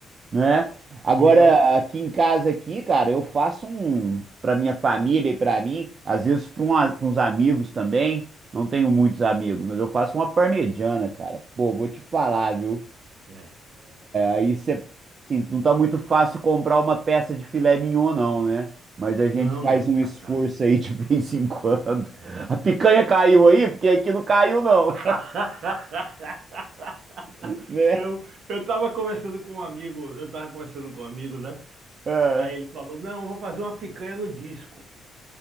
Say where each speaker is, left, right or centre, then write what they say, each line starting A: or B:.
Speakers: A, on the right; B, on the right.
A: né? Agora,
B: E é um.
A: aqui em casa aqui, cara, eu faço um para minha família e para mim, às vezes para uns amigos também. Não tenho muitos amigos, mas eu faço uma parmegiana, cara. Pô, vou te falar, viu?
B: É.
A: Aí você, assim, não tá muito fácil comprar uma peça de filé mignon, não, né? Mas a gente
B: Não,
A: faz
B: não,
A: um
B: tá
A: esforço
B: caro.
A: aí de <laughs> vez em quando.
B: É.
A: A picanha caiu aí, porque aqui não caiu, não,
B: <laughs>
A: <laughs> né?
B: Eu, eu tava conversando com um amigo, eu tava conversando com um amigo, né?
A: É,
B: Aí ele falou, não, eu vou fazer uma picanha no disco.